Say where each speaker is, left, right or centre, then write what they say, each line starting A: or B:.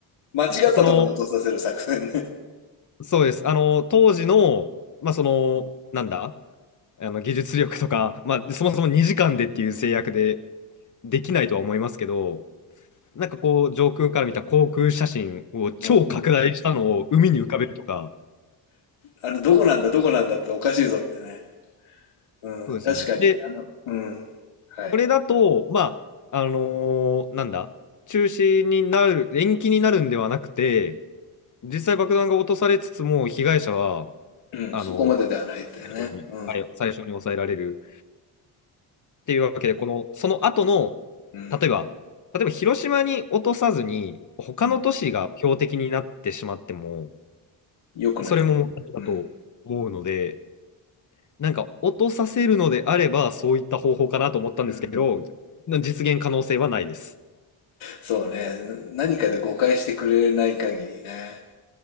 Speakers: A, on the left (about 70°); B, on the left (about 35°).
A: 間違ったところに落とさせる作戦ね。
B: その、そうです。あの、当時の、まあ、その、なんだ、あの、技術力とか、まあ、そもそも2時間でっていう制約でできないとは思いますけど、なんかこう、上空から見た航空写真を超拡大したのを海に浮かべるとか、
A: うん。あれ、どこなんだ、どこなんだっておかしいぞってね。うん。
B: そうですよね。
A: 確かに。
B: で、
A: あの、うん。はい。
B: これだと、まあ、あのーなんだ、中止になる、延期になるんではなくて、実際爆弾が落とされつつも、被害者は、
A: うん。
B: あの、
A: そこまでではないってね。
B: 最初にはい最初に抑えられる。
A: うん。
B: っていうわけで、この、その後の、
A: うん。
B: 例えば、例えば広島に落とさずに、他の都市が標的になってしまっても、
A: うん。よくない。
B: それも問題だと思うので、
A: うん。
B: なんか落とさせるのであれば、そういった方法かなと思ったんですけど、
A: うん。
B: 実現可能性はないです。
A: そうね。何かで誤解してくれない限りね。